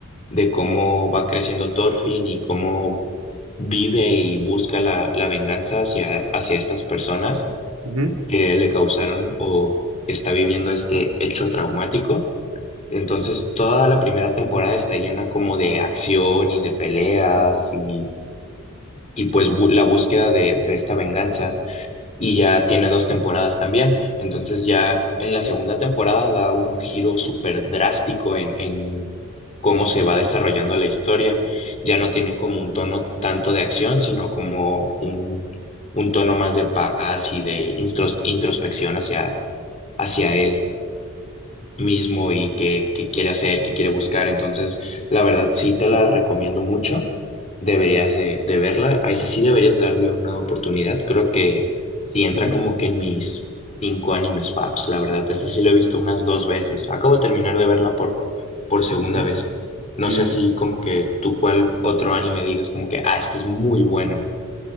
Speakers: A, on the left; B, on the right.
A: de cómo va creciendo Thorfinn y cómo vive y busca la, la venganza hacia, hacia estas personas
B: ujú,
A: que le causaron o que está viviendo este hecho traumático. Entonces, toda la primera temporada está llena como de acción y de peleas y, y pues
B: ujú,
A: bu- la búsqueda de, de esta venganza. Y ya tiene dos temporadas también. Entonces, ya en la segunda temporada da un giro súper drástico en, en cómo se va desarrollando la historia. Ya no tienen como un tono tanto de acción, sino como un, un tono más de paz y de instros- introspección hacia hacia él mismo y qué, qué quiere hacer, qué quiere buscar. Entonces, la verdad, sí te la recomiendo mucho. Deberías de, de verla. A esa sí deberías darle una oportunidad. Creo que sí entra
B: ujú, ujú.
A: como que en mis cinco animes faps, la verdad. Este sí lo he visto unas dos veces. Acabo de terminar de verla por, por segunda
B: ujú.
A: vez. No
B: Mm,
A: sé así como que tú cuál otro anime digas como que, ah, este es muy bueno.